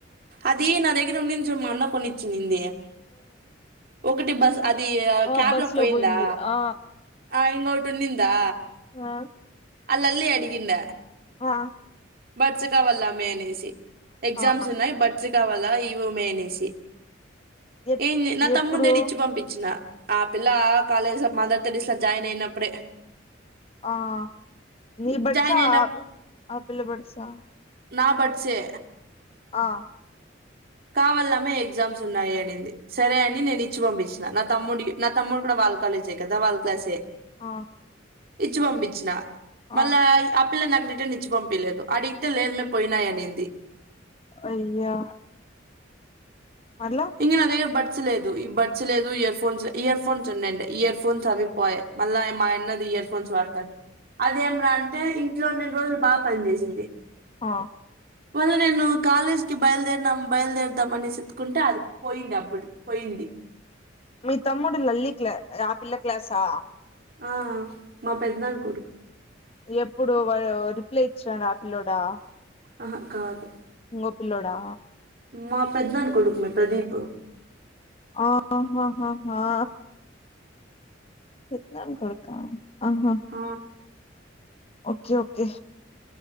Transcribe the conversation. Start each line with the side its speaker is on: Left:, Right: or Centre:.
Right: అది నా దగ్గర ఉన్నింది చూ మా అన్న కొనిచ్చిన్నింది ఒకటి బజ్ అది
Left: ఆ
Right: క్యాబ్
Left: బస్
Right: లో పోయిందా
Left: పోయింది ఆ
Right: ఆ ఇంగో ఉండిందా
Left: ఆ
Right: ఆ లల్లి అడిగింద
Left: ఆ
Right: బడ్స్ కావలమ్మే అనేసి ఎగ్జామ్స్
Left: ఆ
Right: ఉన్నాయి చ్చు కావాలా ఈవూమే అనేసి
Left: ఎ
Right: ఏంది నా
Left: ఎప్పుడు
Right: తమ్మున్ తోటి ఇచ్చి పంపిచ్చిన ఆ పిల్ల కాలేజ్ అఫ్ మదర్ తెరిస్లా జాయిన్ అయినప్పుడే
Left: ఆ నీ బడ్సా
Right: జాయిన్ అయిన
Left: ఆపిల్ల బడ్స్సా
Right: నా బడ్స్ ఏ
Left: అ
Right: కావాలా మే ఎగ్జామ్స్ ఉన్నాయి అనింది సరే అని నేనిచ్చి పంపించిన నా తమ్ముడి నా తమ్ముడు కూడా వాల్ కాలేజే కదా వాళ్ళ క్లాసే
Left: ఆ
Right: ఇచ్చి పంపించిన మల్లా
Left: ఆ
Right: అప్ పిల్ల నాకు రిటర్న్ ఇచ్చి పంపియలేదు అడిగితే లేదమే పోయినాయి అనింది
Left: అయ్యా మళ్ళ
Right: ఇంగ నా దగ్గర బడ్ స్ లేదు ఈ బడ్స్ లేదు ఇయర్ ఫోన్స్ ఇయర్ ఫోన్స్ ఉన్నాయండి ఇయర్ ఫోన్స్ అవిపోయె మల్లా మా ఆయన్నది ఇయర్ ఫోన్స్ వాడుతంది అదేం రా అంటే ఇంట్లో ఉన్నన్ని రోజులు బాగా పని చేేసింది
Left: ఆ
Right: మళ్ళ నేను కాలేజ్ కి బయలుదెరినం బయలుదేరదాం అనేసీ ఏత్తుకుంటే అది పోయింది అప్పుడు పోయింది.
Left: మీ తమ్ముడు లల్లి క్ల ఆ పిల్ల క్లాసా
Right: ఆ ఆ మా పెద్దనాన కొడుకు
Left: ఎప్పుడు వాడు ఆ రిప్లే యిచాడు ఆ పిల్లోడా
Right: అహ కాదు
Left: ఇంగో పిల్లోడా
Right: మా పెద్దన్నాన కొడుకుమే ప్రదీపు
Left: ఆహాహాహా పెద్దనాన్న కొడుకా ఆహా
Right: ఆ
Left: ఓకే ఓకే